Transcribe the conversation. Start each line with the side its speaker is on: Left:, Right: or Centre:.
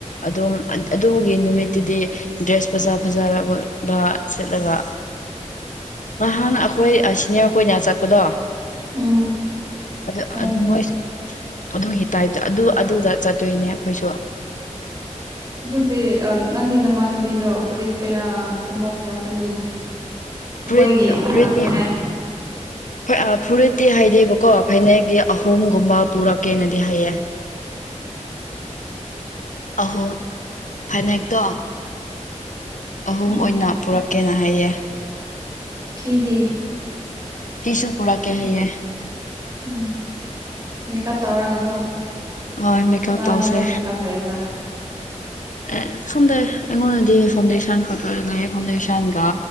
Left: ꯑꯗꯨꯝ ꯑꯗꯨꯒꯤ ꯅꯨꯃꯤꯠꯇꯨꯗꯤ ꯗ꯭ꯔꯦꯁ ꯐꯖꯥ ꯐꯖꯥꯕ ꯁꯦꯠꯂꯒ
Right: <inaudible>
Left: ꯅꯍꯥꯟ ꯑꯩꯈꯣꯏ ꯁꯤꯅꯤꯌꯥꯔ ꯈꯣꯏꯅ ꯆꯠꯄꯗꯣ
Right: ꯎꯝ
Left: ꯑꯗꯨ
Right: ꯑꯣ
Left: ꯑꯥ ꯃꯣꯏꯁ ꯑꯗꯨꯒꯤ ꯇꯥꯏꯞꯇ ꯑꯗꯨ ꯑꯗꯨꯗ ꯆꯠꯇꯣꯏꯅꯦ ꯑꯈꯣꯏꯁꯨ
Right: ꯑꯗꯨꯗꯤ ꯅꯪꯒꯤ ꯅꯃꯥꯟꯅꯕꯤꯗꯣ ꯐꯨꯔꯤꯠ ꯀꯌꯥꯒꯨꯝꯕ ꯄꯨꯔꯛꯀꯅꯤ <inaudible> ꯑꯩꯈꯣꯏꯒꯤ
Left: ꯐꯨꯔꯤꯠ ꯐꯔꯤꯠꯇꯤ
Right: ꯄꯨꯔꯛꯅꯤꯡꯉꯥꯏ
Left: ꯍꯣꯏ ꯑꯥ ꯐꯨꯔꯤꯠꯇꯤ ꯍꯥꯏꯗꯦꯕꯀꯣ ꯐꯅꯦꯛꯇꯤ ꯑꯍꯨꯝꯒꯨꯝꯕ ꯄꯨꯔꯛꯀꯦꯅ ꯍꯥꯏꯌꯦ ꯑꯍꯣ ꯐꯅꯦꯛꯇꯣ ꯑꯍꯨꯝ
Right: ꯎꯝ
Left: ꯑꯣꯏꯅ ꯄꯨꯔꯛꯀꯦꯅ ꯍꯥꯏꯌꯦ
Right: ꯐꯤꯗꯤ
Left: ꯇꯤꯁꯁꯨ ꯀꯔꯛꯀꯦ ꯍꯥꯢꯌꯦ
Right: ꯎꯝ ꯃꯦꯀꯞ ꯇꯧꯔꯒ ꯀꯣ
Left: ꯍꯣꯏ ꯃꯦꯀꯞ
Right: ꯑꯗꯣ ꯑꯩꯉꯣꯟꯗ
Left: ꯇꯧꯁꯦ
Right: ꯃꯦꯀꯞ ꯂꯩꯕ꯭ꯔꯣ
Left: ꯑꯦ ꯈꯪꯗꯦ ꯑꯩꯉꯣꯟꯗꯗꯤ ꯐꯥꯎꯟꯗꯦꯁꯟ ꯈꯛꯇ ꯂꯩ ꯐꯥꯎꯟꯗꯦꯁꯟꯒ